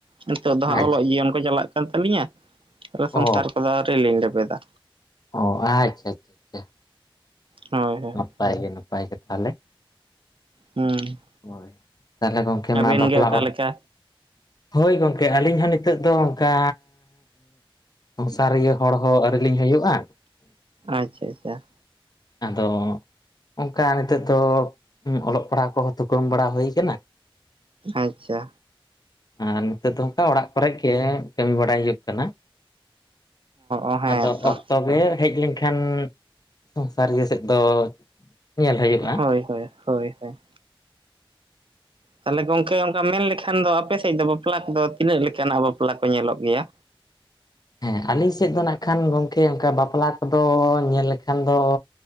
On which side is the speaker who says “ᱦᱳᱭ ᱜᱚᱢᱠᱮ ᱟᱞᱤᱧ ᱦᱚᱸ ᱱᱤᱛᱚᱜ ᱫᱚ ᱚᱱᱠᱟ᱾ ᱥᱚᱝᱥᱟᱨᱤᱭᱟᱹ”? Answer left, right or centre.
Left